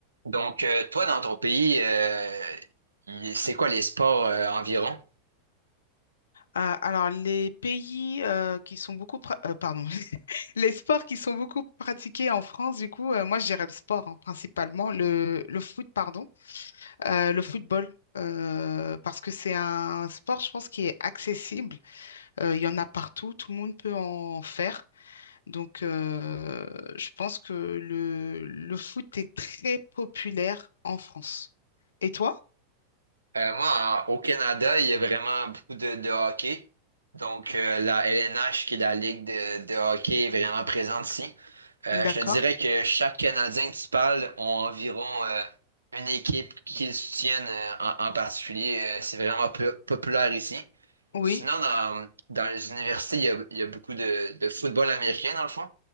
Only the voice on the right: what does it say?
Donc, euh, toi, dans ton pays, euh, il- c'est quoi les sports euh, environ?
Euh, moi, en- au Canada, il y a vraiment beaucoup de, de hockey. Donc, euh, la LNH, qui est la ligue de, de hockey, est vraiment présente ici. Euh,
je te dirais que chaque Canadien que tu parles ont environ euh, une équipe qu'ils soutiennent euh, en, en particulier. Euh, c'est vraiment po- populaire ici.
Sinon, dans, dans les universités, il y a, il y a beaucoup de, de football américain, dans le fond.